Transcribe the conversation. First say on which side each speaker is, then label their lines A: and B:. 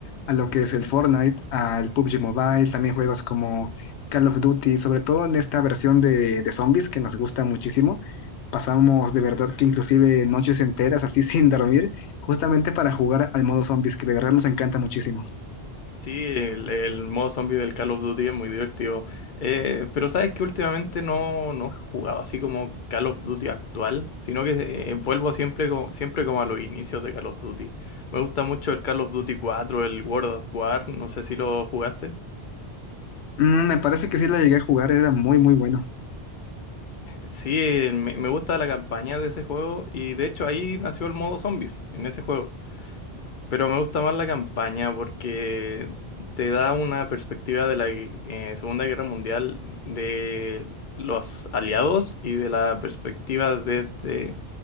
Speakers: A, on the left; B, on the left.
A: a lo que es el Fortnite, al PUBG Mobile, también juegos como Call of Duty, sobre todo en esta versión de, de zombies que nos gusta muchísimo. Pasamos de verdad que inclusive noches enteras así <laughs> sin dormir, justamente para jugar al modo zombies, que de verdad nos encanta muchísimo.
B: Sí, el, el modo zombie del Call of Duty es muy divertido. Eh, pero sabes que últimamente no, no he jugado así como Call of Duty actual, sino que eh, vuelvo siempre, co- siempre como a los inicios de Call of Duty. Me gusta mucho el Call of Duty 4, el World of War, no sé si lo jugaste.
A: Mm, me parece que sí lo llegué a jugar, era muy, muy bueno.
B: Sí, me, me gusta la campaña de ese juego y de hecho ahí nació el modo zombies en ese juego. Pero me gusta más la campaña porque te da una perspectiva de la eh, Segunda Guerra Mundial de los aliados y de la perspectiva de, de